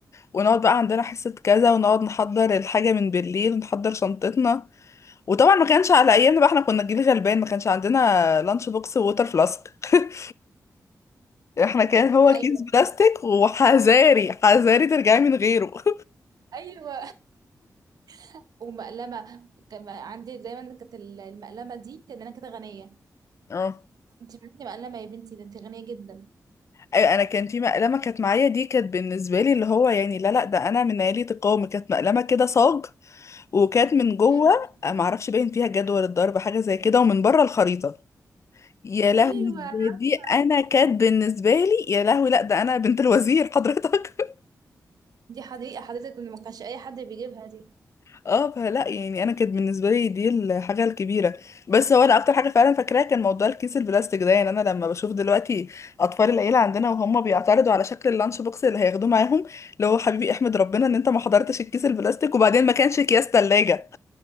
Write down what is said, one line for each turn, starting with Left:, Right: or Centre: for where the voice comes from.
Left: ونقعد بقى عندنا حصة كذا ونقعد نحضر الحاجة من بالليل ونحضر شنطتنا وطبعا ما كانش على ايامنا بقى احنا كنا جيل غلبان ما كانش عندنا لانش بوكس ووتر فلاسك <laughs> احنا كان هو
Right: ايوه
Left: كيس بلاستيك وحذاري حذاري ترجعي من غيره <laughs>
Right: ايوه <laughs> ومقلمة كان عندي دايما كانت المقلمة دي كان انا كده غنية
Left: اه
Right: انت معاكي مقلمة يا بنتي ده انت غنية جدا
Left: أيوة، انا كان في مقلمه كانت معايا دي كانت بالنسبه لي اللي هو يعني لا لا ده انا من عيله القوم كانت مقلمه كده صاج وكانت من جوه
Right: مم.
Left: ما اعرفش باين فيها جدول الضرب حاجه زي كده ومن بره الخريطه يا لهوي
Right: ايوه
Left: ده
Right: عارفه
Left: دي انا كانت بالنسبه لي يا لهوي لا ده انا بنت الوزير حضرتك
Right: دي حديقه حضرتك إن ما كانش اي حد بيجيبها دي
Left: اه فلا يعني انا كانت بالنسبه لي دي الحاجه الكبيره بس هو انا اكتر حاجه فعلا فاكراها كان موضوع الكيس البلاستيك ده يعني انا لما بشوف دلوقتي اطفال العيله عندنا وهم بيعترضوا على شكل اللانش بوكس اللي هياخدوه معاهم اللي هو حبيبي احمد ربنا ان انت ما حضرتش الكيس البلاستيك وبعدين ما كانش اكياس ثلاجه